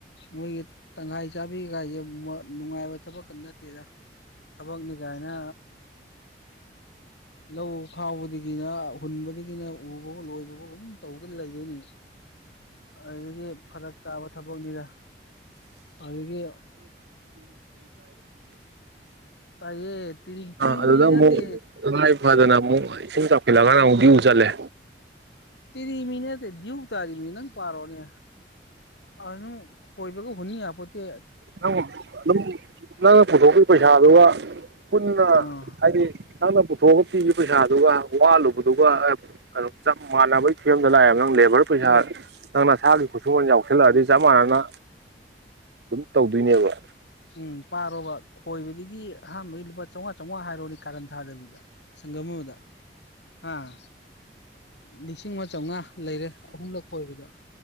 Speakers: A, on the left; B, on the right.
A: ꯃꯣꯏꯒꯤ ꯇꯪꯈꯥꯏ ꯆꯥꯕꯤꯈꯥꯏꯁꯦ ꯅꯨꯡꯉꯥꯏꯕ ꯊꯕꯛ ꯀ ꯅꯠꯇꯦꯗ ꯊꯕꯛꯅꯤ ꯀꯥꯏꯅ ꯂꯧ ꯈꯥꯎꯕꯗꯒꯤꯅ ꯍꯨꯟꯕꯗꯒꯤꯅ ꯎꯕꯕꯨ ꯂꯣꯏꯕꯕꯨꯥꯎꯒꯨꯝ ꯇꯧꯗꯅ ꯂꯩꯗꯣꯏꯅꯤ ꯑꯗꯨꯗꯒꯤ ꯐꯔꯛ ꯇꯥꯕ ꯊꯕꯛꯅꯤꯗ ꯑꯗꯨꯗꯒꯤ ꯇꯥꯏꯌꯦ ꯇꯤꯔꯤ ꯇꯤꯔꯤꯃꯤꯅꯤ
B: ꯑꯗꯨꯗ ꯑꯃꯨꯛ
A: ꯅꯠꯇꯦ
B: ꯇꯥꯉꯥꯏ ꯐꯗꯅ ꯑꯃꯨꯛ ꯏꯁꯤꯡ ꯆꯥꯎꯁꯤꯜꯂꯛꯑꯒꯅ ꯗꯤꯌꯨ ꯆꯠꯂꯦ
A: ꯇꯦꯔꯤ ꯃꯦꯔꯤ ꯇꯠꯇꯦꯗꯤꯌꯨ ꯇꯥꯔꯤꯕꯅꯤ ꯅꯪ ꯄꯔꯣꯅꯦ ꯑꯗꯨꯅ ꯀꯣꯏꯕꯀ ꯍꯨꯟ ꯌꯥꯄꯣꯟꯇꯦ
B: <unintelligible> ꯅꯪꯅ ꯄꯨꯊꯣꯛꯄꯒꯤ ꯄꯩꯁꯥꯗꯨꯒ ꯄꯨꯟꯅ
A: ꯑꯥ
B: ꯍꯥꯏꯗꯤ ꯅꯪꯅ ꯄꯨꯊꯣꯛꯑꯒ ꯄꯤꯈꯤꯕ ꯄꯩꯁꯥꯗꯨꯒ ꯋꯥꯟꯂꯨꯕꯗꯨꯒ ꯀꯩꯅꯣ ꯆꯞ ꯃꯥꯟꯅꯕꯒꯤ ꯐꯤꯕꯝꯗ ꯂꯥꯛꯑꯦꯕ ꯅꯪ ꯂꯦꯕꯔ ꯄꯩꯁꯥꯥ
A: ꯎꯝ
B: ꯅꯪꯅ ꯏꯁꯥꯒꯤ ꯈꯨꯠꯁꯨꯃꯜ ꯌꯥꯎꯁꯜꯂꯛꯑꯗꯤ ꯆꯞ ꯃꯥꯟꯅꯅ ꯑꯗꯨꯝ ꯇꯧꯗꯣꯏꯅꯦꯕ
A: ꯎꯝ ꯄꯥꯔꯣꯕ ꯈꯣꯏꯕꯗꯒꯤ ꯑꯍꯥꯟꯕꯩ ꯂꯨꯄꯥ ꯆꯥꯝꯃꯉꯥ ꯆꯥꯝꯃꯉꯥ ꯍꯥꯏꯔꯣꯅꯦ ꯀꯥꯔꯟ ꯊꯥꯗꯕꯤꯗ ꯁꯒꯝꯃꯗ ꯍꯥꯥ ꯂꯤꯁꯤꯡ ꯑꯃ ꯆꯥꯝꯃꯉꯥ ꯂꯩꯔꯦ ꯑꯍꯨꯝꯂꯛ ꯀꯣꯏꯕꯗ